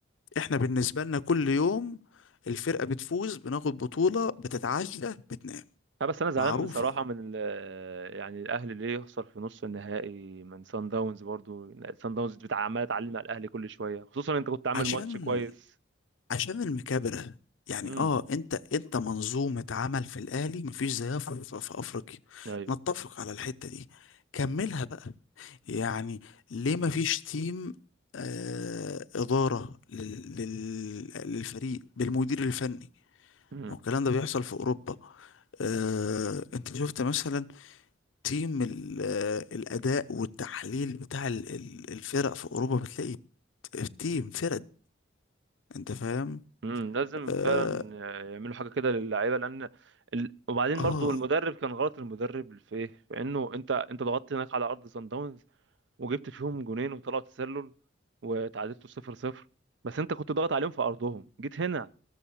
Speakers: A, on the left; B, on the right.
A: احنا بالنسبه لنا كل يوم الفرقه بتفوز بناخد بطوله بتتعشى بتنام
B: لا بس انا زعلان
A: معروفه
B: بصراحه من ال يعني الاهلي ليه يخسر في نص النهائي من سان داونز برضو سان داونز بتاع عماله تعلم على الاهلي كل شويه خصوصا انت كنت عامل
A: عشان
B: ماتش كويس
A: عشان المكابرة يعني
B: امم
A: اه انت انت منظومة عمل في الاهلي مفيش زيها في, في, في افريقيا
B: ايوه
A: نتفق على الحتة دي كملها بقى يعني ليه مفيش تيم آه ادارة لل لل للفريق بالمدير الفني
B: امم
A: ما هو الكلام ده بيحصل في اوروبا آه انت شفت مثلا تيم ال- آه، الاداء والتحليل بتاع ال- ال- الفرق في اوروبا بتلاقي ت- تيم فرق انت فاهم
B: امم لازم
A: آه,
B: فعلا يعملوا حاجه كده للعيبه لان ال... وبعدين
A: اه
B: برضو المدرب كان غلط المدرب في ايه في انه انت انت ضغطت هناك على ارض سان داونز وجبت فيهم جونين وطلعوا تسلل وتعادلتوا 0 0 بس انت كنت ضاغط عليهم في ارضهم جيت هنا